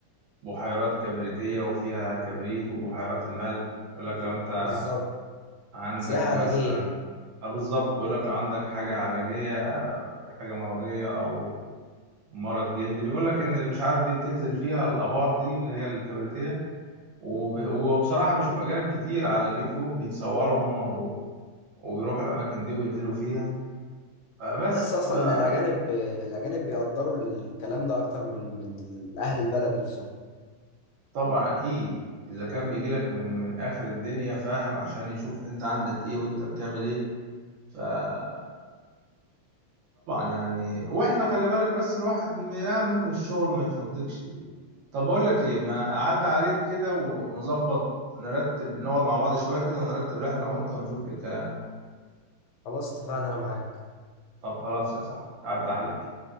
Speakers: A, on the right; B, on the left.
A: بحيرات كبريتيه وفيها كبريت وبحيرات الملح يقول لك لو انت
B: بالظبط
A: عندك
B: سياحة
A: مثلا
B: علاجية
A: اه بالظبط بيقول لك لو عندك حاجه علاجيه آه، حاجه مرضيه او مرض جلدي بيقول لك ان اللي مش عارف دي بتنزل فيها الابار دي اللي هي الكبريتيه وب...
B: مم.
A: وبصراحة بشوف أجانب كتير على اليوتيوب بيتصوروا هم و... وبيروحوا الأماكن دي وبينزلوا فيها آه، بس
B: تحس أصلا
A: فطبعا
B: إن الأجانب الأجانب بيقدروا الكلام ده أكتر من من أهل البلد نفسهم
A: أكيد إذا كان بيجيلك من من آخر الدنيا فاهم عشان يشوف أنت عندك إيه وأنت بتعمل إيه فطبعا يعني وإحنا خلي بالك بس الواحد م- يعني ممكن الشغل ما يفضكش طب أقول لك إيه ما أعدي عليك كده ونظبط نرتب نقعد مع بعض شوية كده ونرتب رحلة أنا وأنت ونشوف إيه الكلام
B: خلاص اتفقنا أنا معاك
A: طب خلاص يا صاحبي هعدي عليك